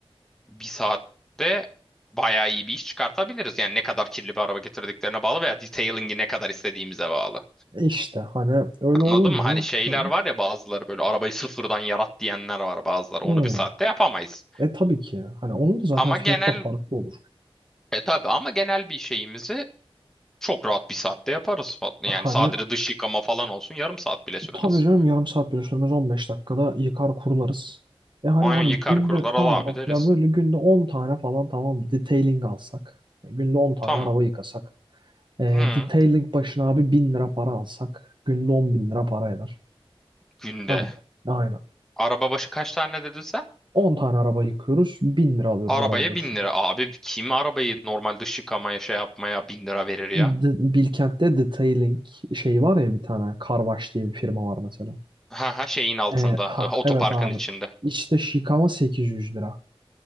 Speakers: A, in the centre; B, on the right (about 50°).
A: bir saatte bayağı iyi bir iş çıkartabiliriz. Yani ne kadar kirli bir araba getirdiklerine bağlı veya detailing'i ne kadar istediğimize bağlı.
B: E İşte hani öyle olunca
A: Anladın mı? Hani şeyler
B: hani
A: var ya bazıları böyle arabayı sıfırdan yarat diyenler var bazıları. Onu
B: hı.
A: bir saatte yapamayız.
B: E tabii ki hani onun da zaten
A: Ama
B: fiyatı
A: genel
B: da farklı olur.
A: e tabii ama genel bir şeyimizi çok rahat bir saatte yaparız. Yani
B: Hani
A: sadece dış yıkama falan olsun yarım saat bile sürmez.
B: tabii canım yarım saat bile sürmez 15 dakikada yıkar kurularız. E hani
A: Aynen
B: abi
A: yıkar
B: günde
A: kurular al
B: tamam
A: abi
B: bak
A: deriz.
B: ya böyle günde 10 tane falan tamam detailing alsak. Günde 10 tane
A: Tamam.
B: araba yıkasak. E,
A: Hı,
B: detailing başına abi 1000 lira para alsak. Günde 10 bin lira para eder.
A: günde.
B: Tamam mı? Aynen.
A: Araba başı kaç tane dedin sen?
B: 10 tane araba yıkıyoruz. 1000 lira alıyoruz
A: Arabaya
B: araba başına.
A: bin lira. Abi kim arabayı normal dış yıkamaya şey yapmaya bin lira verir ya?
B: D- Bilkent'te detailing şeyi var ya bir tane. Carwash diye bir firma var mesela.
A: Ha ha şeyin altında.
B: E, ha
A: e, Otoparkın
B: evet abi.
A: içinde.
B: İşte yıkama 800 lira.